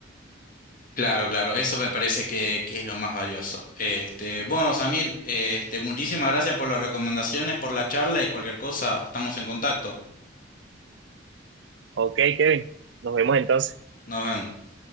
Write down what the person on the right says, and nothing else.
Ok, Kevin, nos vemos entonces.